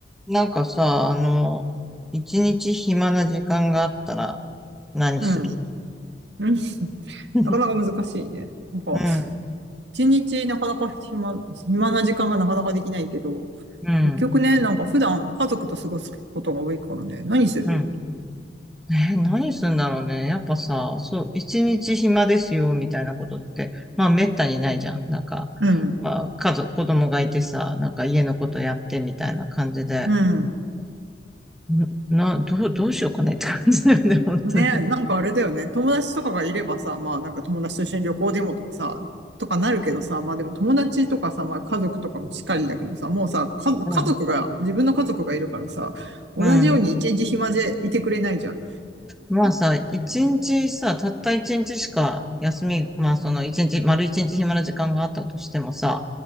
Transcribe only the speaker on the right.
うん。うん。
なかなか難しいね。なんか、
一日なかなか暇、暇な時間がなかなかできないけど、
結局ね、なんか普段家族と過ごすことが多いからね、何する
うん。
うん。
ね、なんかあれだよね。友達とかがいればさ、まあなんか友達と一緒に旅行でもとかさ、とかなるけどさ、まあでも友達とかさ、まあ家族とかもしっかりだけどさ、もうさ、か、
家族が、自分の家族がいるからさ、同じように一日暇でいてくれないじゃん。